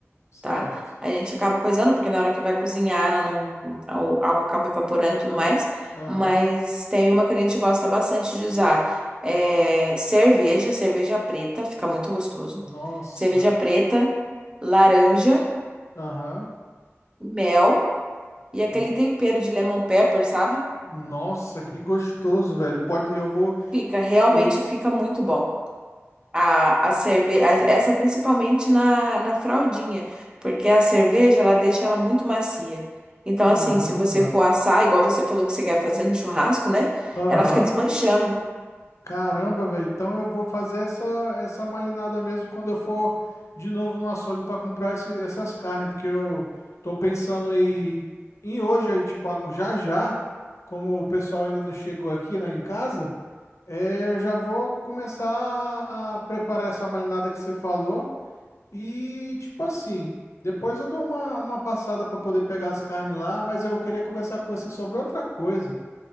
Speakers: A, on the left; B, on the right.
A: certo.
B: tá? A gente acaba coisando, porque na hora que vai cozinhar, ela não, o álcool acaba evaporando e tudo mais.
A: Aham.
B: Mas tem uma que a gente gosta bastante de usar. É cerveja, cerveja preta, fica muito gostoso.
A: Nossa.
B: Cerveja preta, laranja,
A: Aham.
B: mel e aquele
A: N-
B: tempero de lemon pepper, sabe?
A: Nossa, que gostoso, velho. Pode, eu vou.
B: Fica, realmente
A: Eu,
B: fica muito bom. A, a cerveja, essa principalmente na, na fraldinha, porque a cerveja ela deixa ela muito macia. Então,
A: Caramba.
B: assim, se você for assar, igual você falou que você quer fazer no churrasco, né?
A: Aham.
B: Ela fica desmanchando.
A: Caramba, velho. Então eu vou fazer essa essa malinada mesmo quando eu for de novo no açougue para comprar esse- essas carnes, porque eu tô pensando em, em hoje, aí, tipo, algo já já, como o pessoal ainda não chegou aqui, né, em casa, é, eu já vou começar a preparar essa malinada que você falou e, tipo assim, depois eu dou uma, uma passada para poder pegar as carnes lá, mas eu queria conversar com você sobre outra coisa.